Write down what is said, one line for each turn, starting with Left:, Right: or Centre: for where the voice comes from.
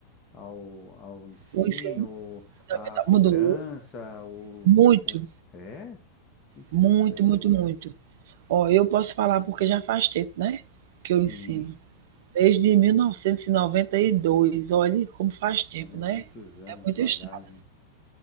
Left: ao, ao ensino,
Right: o ensino fundamental
Left: à cobrança,
Right: mudou
Left: o,
Right: muito,
Left: o... É, interessante.
Right: muito, muito, muito. Ó, eu posso falar porque já faz tempo, né, que
Left: Sim.
Right: eu ensino. Desde 1992, olhe como faz tempo,
Left: Olha,
Right: né?
Left: muitos anos
Right: É muito
Left: de bagagem.
Right: estranho.